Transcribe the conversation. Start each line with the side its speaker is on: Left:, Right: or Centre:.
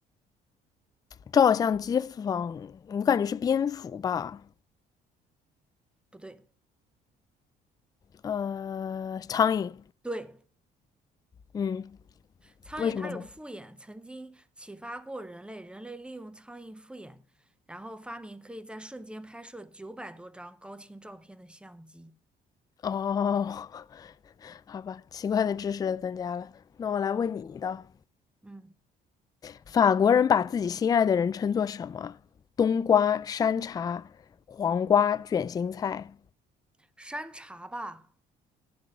Left: 照相机仿，我感觉是蝙蝠吧？
Centre: 不对，
Left: 呃，苍蝇。
Centre: 对，
Left: 嗯，
Centre: 苍蝇它有复眼，
Left: 为什么呢？
Centre: 曾经启发过人类，人类利用苍蝇复眼，然后发明可以在瞬间拍摄九百多张高清照片的相机。
Left: 哦，好吧，奇怪的知识增加了。那我来问你一道：
Centre: 嗯，
Left: 法国人把自己心爱的人称作什么？冬瓜、山茶、黄瓜、卷心菜。
Centre: 山茶吧？